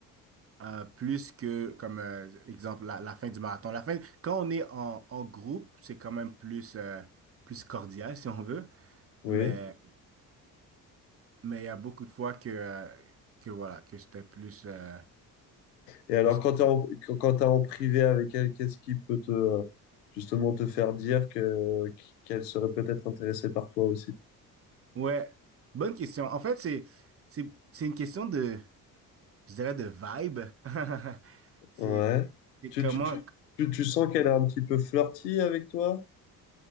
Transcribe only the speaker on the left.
Oui.
Et alors,
quand tu es en, quand quand t'es en privé avec elle, qu'est-ce qui peut te, euh, justement te faire dire que, qu'elle serait peut-être intéressée par toi aussi?
Ouais.
Tu,
tu, tu, tu, tu sens qu'elle est un petit peu flirty avec toi?